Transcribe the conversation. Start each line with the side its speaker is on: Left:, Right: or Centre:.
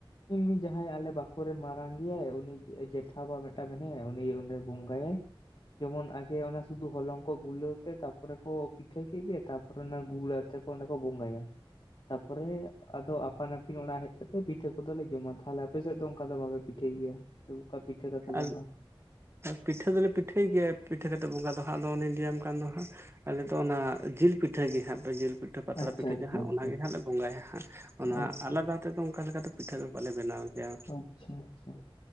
Left: ᱮᱢᱱᱤ ᱡᱟᱦᱟᱸᱭ ᱟᱞᱮ ᱵᱟᱠᱷᱳᱞ ᱨᱮ ᱢᱟᱨᱟᱝ ᱜᱮᱭᱟᱭ ᱩᱱᱤ ᱡᱮᱴ ᱴᱷᱟᱵᱟ ᱢᱤᱫᱴᱟᱝ ᱢᱮᱭᱟᱭᱟ ᱩᱱᱤ ᱚᱸᱰᱮ ᱵᱚᱸᱜᱟᱭᱼᱟᱭ ᱾ ᱡᱮᱢᱚᱱ ᱟᱜᱮ ᱚᱱᱟ ᱥᱩᱫᱷᱩ ᱦᱚᱞᱚᱝ ᱠᱚ ᱜᱩᱞᱟᱹᱣ ᱛᱮ ᱛᱟᱯᱚᱨᱮ ᱠᱚ ᱯᱤᱴᱷᱟᱹ ᱠᱮᱜ ᱜᱮ ᱛᱟᱵ ᱨᱚᱱᱮ ᱜᱩᱲ ᱟᱛᱮ ᱠᱚ ᱚᱱᱟ ᱠᱚ ᱵᱚᱸᱜᱟ-ᱭᱟ᱾ ᱛᱟᱯᱚᱨᱮ ᱟᱫᱚ ᱟᱯᱟᱱ ᱟᱹᱯᱤᱱ ᱚᱲᱟᱜ ᱦᱮᱡ ᱠᱟᱛᱮ ᱯᱤᱴᱷᱟᱹ ᱠᱚᱫᱚᱞᱮ ᱡᱚᱢᱼ ᱟ᱾ ᱛᱟᱦᱞᱮ ᱟᱯᱮ ᱥᱮᱫ ᱫᱚ ᱚᱱᱠᱟ ᱫᱚ ᱵᱟᱯᱮ ᱯᱤᱴ ᱴᱷᱟᱹᱭ ᱜᱮᱭᱟ ᱚᱠᱟ ᱯᱤᱴᱷᱟᱹ ᱠᱟᱛᱮ ᱵᱚᱸᱜᱟ᱾
Right: ᱟᱨ ᱯᱤᱴᱷᱟᱹ ᱫᱚᱞᱮ ᱯᱤᱴᱷᱟᱹᱭ ᱜᱮᱭᱟ ᱯᱤᱴᱷᱟᱹ ᱠᱟᱛᱮᱫᱜ ᱵᱚᱸᱜᱟ ᱫᱚ ᱦᱟᱸᱜ ᱟᱫᱚ ᱚᱱᱮᱧ ᱞᱟᱹᱭᱟᱢ ᱠᱟᱱ ᱫᱚ ᱦᱟᱸᱜ, ᱟᱞᱮ ᱫᱚ ᱚᱱᱟ ᱡᱤᱞ ᱯᱤᱴᱷᱟᱹ ᱜᱮ ᱦᱟᱸᱜ <unintelligible> ᱡᱤᱞ ᱯᱤᱴ <unintelligible> ᱯᱟᱛᱲᱟ
Left: ᱟᱪᱪᱷᱟ
Right: ᱯᱤᱴᱷᱟᱹ
Left: ᱟᱪᱪᱷᱟ
Right: ᱡᱟᱦᱟᱸ
Left: ᱟᱪᱪᱷᱟ
Right: ᱚᱱᱟ ᱜᱮ ᱦᱟᱸᱜ ᱞᱮ ᱵᱚᱸᱜᱟ ᱦᱟᱸᱜ ᱚᱱᱟ
Left: ᱟᱪᱪᱷᱟ
Right: ᱟᱞᱟᱫᱟ᱾ ᱛᱮᱫᱚ ᱚᱝᱠᱟᱞᱮᱠᱟ ᱫᱚ ᱯᱤᱴᱷᱟᱹ ᱫᱚ ᱵᱟᱞᱮ ᱵᱮᱱᱟᱣ᱾ ᱜᱮᱭᱟ
Left: ᱟᱪᱪᱷᱟ ᱟᱪᱪᱷᱟ